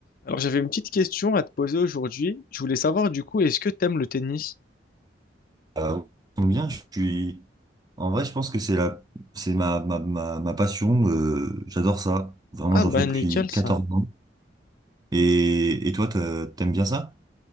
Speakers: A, on the left (about 50°); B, on the right (about 20°).
A: Alors j'avais une petite question à te poser aujourd'hui. Je voulais savoir du coup, est-ce que t'aimes le tennis?
B: Euh, combien je suis. En vrai, je pense que c'est la, c'est ma, ma, ma, ma passion. euh, j'adore ça. Vraiment,
A: Ah
B: j'en
A: bah
B: fais depuis
A: nickel
B: 14
A: ça.
B: ans. Et, et toi, t'as- t'aimes bien ça?